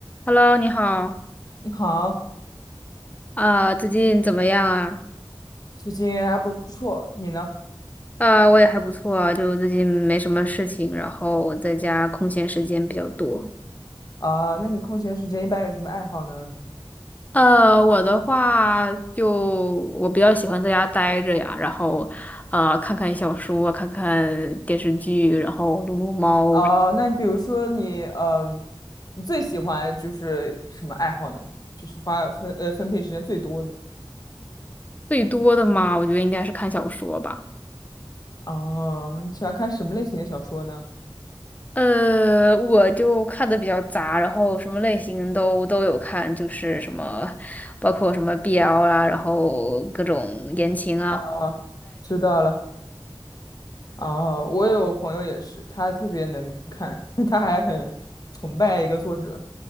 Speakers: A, on the left; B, on the left.
A: Hello，你好，
B: 你好，
A: 啊、最近怎么样啊？
B: 最近还不错，你呢？
A: 啊、我也还不错啊，就最近没什么事情，然后我在家空闲时间比较多。
B: 啊、那你空闲时间一般有什么爱好呢？
A: 呃，我的话就我比较喜欢在家待着呀，然后呃看看小说，看看电视剧，然后撸撸猫。
B: 啊、那比如说你，嗯、你最喜欢就是什么爱好呢？就是花分呃分配时间最多的。
A: 最多的嘛，我觉得应该是看小说吧。
B: 哦、你喜欢看什么类型的小说呢？
A: 呃，我就看的比较杂，然后什么类型都都有看，就是什么，包括什么 BL 啦，然后各种言情啊。
B: 啊，知道了。啊，我有朋友也是，他特别能看，<laughs> 他还很崇拜一个作者，